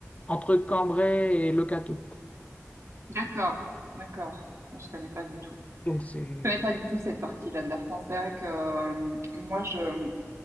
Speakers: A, on the left; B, on the right.
A: entre Cambrai et Le Cateau.
B: D'accord, d'accord. Moi, je connais pas du tout.
A: Donc c'est,
B: Je connais pas du tout cette partie-là de la France. C'est vrai que euh, moi, je,